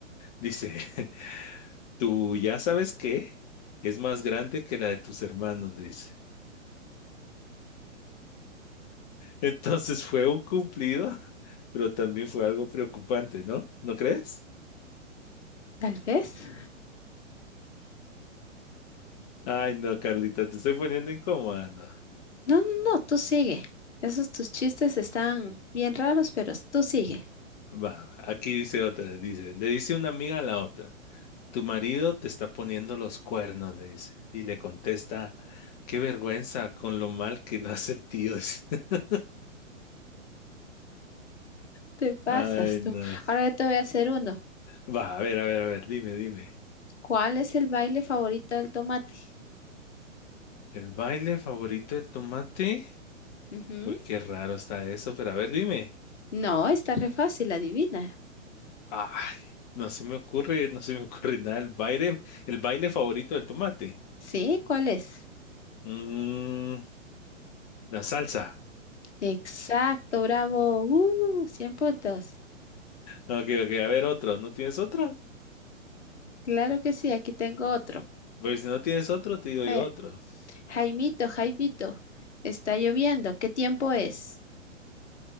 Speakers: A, on the left; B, on the left.
A: dice, <laughs> ¿tú ya sabes qué? Es más grande que la de tus hermanos, dice. Entonces fue un cumplido, <laughs> pero también fue algo preocupante, ¿no? ¿No crees?
B: Tal vez.
A: Ay, no, Carlita, te estoy poniendo incómoda, no.
B: No, no, no, tú sigue. Esos tus chistes están bien raros, pero tú sigue.
A: Va, va, aquí dice otra, dice, le dice una amiga a la otra, tu marido te está poniendo los cuernos, le dice, y le contesta, qué vergüenza con lo mal que lo hace el tío. <laughs>
B: Te pasas
A: Ay,
B: tú.
A: no.
B: Ahora yo te voy a hacer uno.
A: Va, a ver, a ver, a ver, dime, dime.
B: ¿Cuál es el baile favorito del tomate?
A: ¿El baile favorito del tomate?
B: Ujú.
A: Uy, qué raro está eso, pero a ver, dime.
B: No, está re fácil, adivina.
A: Ay, no se me ocurre, no se me ocurre nada. El baile, el baile favorito del tomate.
B: ¿Sí? ¿Cuál es?
A: Mm, la salsa.
B: Exacto, bravo. Uh, cien puntos.
A: Ok, ok, a ver otro. ¿No tienes otro?
B: Claro que sí, aquí tengo otro.
A: Pues si no tienes otro, te digo yo
B: A ver,
A: otro.
B: Jaimito, Jaimito, está lloviendo. ¿Qué tiempo es?